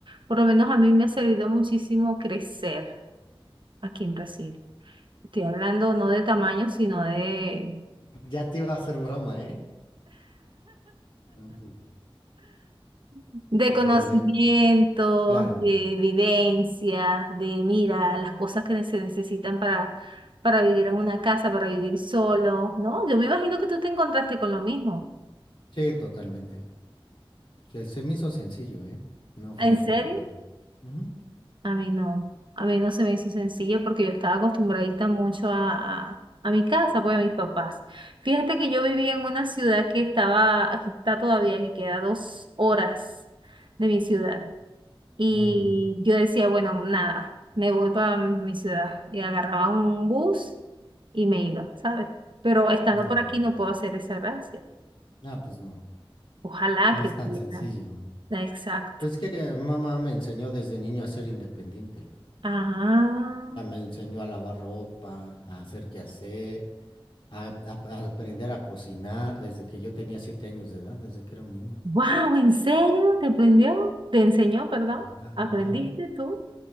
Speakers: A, on the right (about 60°); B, on the left (about 60°).
A: Por lo menos a mí me ha servido muchísimo crecer aquí en Brasil. Estoy hablando no de tamaño, sino de
B: Ya te iba a hacer broma, ¿eh? Ujú.
A: De
B: Te
A: conocimientos,
B: iba a decir que- Claro,
A: de vivencias, de mira, las cosas que se necesitan para, para vivir en una casa, para vivir solo, ¿no? Yo me imagino que tú te encontraste con lo mismo.
B: sí, totalmente. Que se me hizo sencillo, ¿eh? No fue
A: ¿En
B: complicado.
A: serio?
B: Ujú.
A: A mí no, a mí no se me hizo sencillo porque yo estaba acostumbradita mucho a, a, a mi casa, pues a mis papás. Fíjate que yo vivía en una ciudad que estaba, que está todavía, que queda dos horas de mi ciudad. Y
B: Ujú.
A: yo decía, bueno, nada, me voy para mi ciudad. Y agarraba un bus y me iba, ¿sabes? Pero estando
B: Mm.
A: por aquí no puedo hacer esa gracia.
B: Ah, pues no,
A: Ojalá
B: no
A: que
B: es
A: pudiera.
B: tan sencillo.
A: Exacto.
B: Pues que mamá me enseñó desde niño a ser independiente.
A: Ah,
B: Ya me enseñó a lavar ropa, a hacer quehacer, a, a- a aprender a cocinar desde que yo tenía siete años de edad, desde que era un niño.
A: Wow, ¿en serio? ¿Te aprendió? ¿Te enseñó, perdón?
B: Mm, a-
A: ¿Aprendiste
B: Ajá.
A: tú?